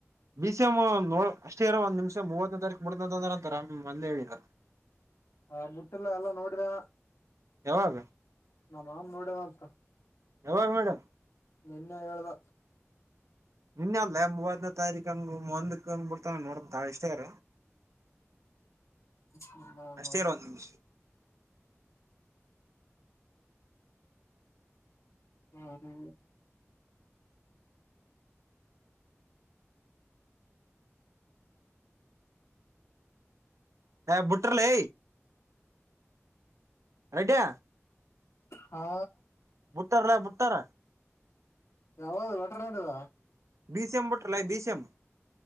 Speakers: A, on the right; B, on the left.
A: ಬಿ ಸಿ ಎಂ ನೋ ಅಷ್ಟೇ ಇರೋ ಒಂದ್ ನಿಮಿಷ ಮೂವತ್ತನೇ ತಾರೀಕು ಮುಡ ಅಂತಂದ್ರ ಅಂತಾರ ಮಂದೆ ಹೇಳಿದ
B: ಹ ಮುುಟ್ಟಲ್ಲ ಎಲ್ಲ ನೋಡಿದ
A: ಯಾವಾಗ
B: ನ ಮಾಮ ನೋಡವ ಅಂತ
A: ಯಾವಾಗ ಮೇಡಮ್
B: ನಿನ್ನೆ ಹೇಳ್ದ
A: ನಿನ್ನ ಅಲ್ಲೇ ಮೂವತ್ತನೇ ತಾರೀಕು ಹಂಗ ಒಂದ ಹಂಗ್ ಬಿಳ್ತ ನೋಡ ಬಾಳ ಇಷ್ಟಾರ
B: ಹಾ ಹಾ
A: ಅಷ್ಟೇ ಇರ ಒಂದ್ ನಿಮಿಷ
B: ಹ್ಮದ
A: ಹ ಬುಟ್ಟಿರ್ಲೆ ಯದಾ
B: ಹಾ
A: ಮುಟ್ಟರಲ್ಲ ಮುಟ್ಟರ
B: ಯಾವ ಒಟನಾಡುವ
A: ಬಿಸಿಎಂ ಬುಟ್ರಲೇ ಬಿಸಿಎಂ